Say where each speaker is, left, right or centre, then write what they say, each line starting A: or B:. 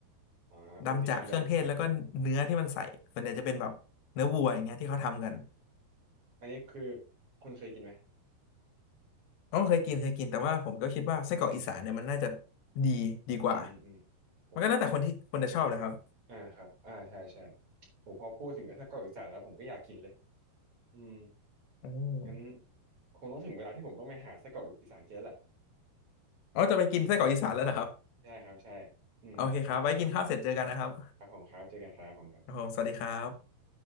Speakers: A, on the left; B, on the right.
A: ำดำจากเครื่องเทศแล้วก็เนื้อที่มันใส่ส่วนใหญ่จะเป็นแบบเนื้อวัวอย่างเงี้ยที่เขาทำกัน
B: อ๋อเป็นสีดำดำอันนี้คือคุณเคยกินไหม
A: ก็เคยกินเคยกินแต่ว่าผมก็คิดว่าไส้กรอกอีสานเนี่ยมันน่าจะดีดีกว่า
B: อืมอืมอืมโห
A: มันก็แล้วแต่คนที่คนจะชอบนะครับ
B: อ่าครับอ่าใช่ใช่โหพอพูดถึงไอ้ไส้กรอกอีสานแล้วผมก็อยากกินเลยอืม
A: อืม
B: งั้นคงต้องถึงเวลาที่ผมต้องไปหาไส้กรอกอีสานเจ๊แล้วแหละ
A: อ๋อจะไปกินไส้กรอกอีสานแล้วนะครับ
B: ใช่ครับใช่อืม
A: โอเคครับไว้กินข้าวเสร็จเจอกันนะครับ
B: ครับผมครับเจอกันครับผมครับ
A: ครับผมสวัสดีครับ